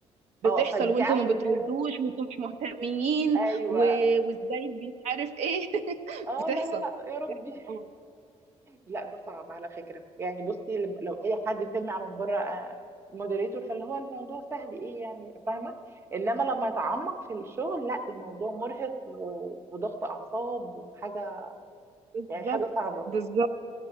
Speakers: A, on the right; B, on the right.
A: بتحصل
B: اه فدي
A: وانتوا
B: عارفة
A: ما بتردوش
B: اللي هو
A: وانتوا مش مهتمين
B: ايوه
A: و... وازاي مش عارف ايه <laughs>
B: اه
A: بتحصل
B: لا لا لا يا ربي
A: بتحصل طبعا
B: لا ده صعب على فكرة يعني بصي لم- لو اي حد سمع من بره مودريتور فاللي هو الموضوع سهل ايه يعني فاهمة انما لما يتعمق في الشغل لا الموضوع مرهق و- وضغط اعصاب وحاجة
A: بالظبط
B: يعني حاجة صعبة
A: بالظبط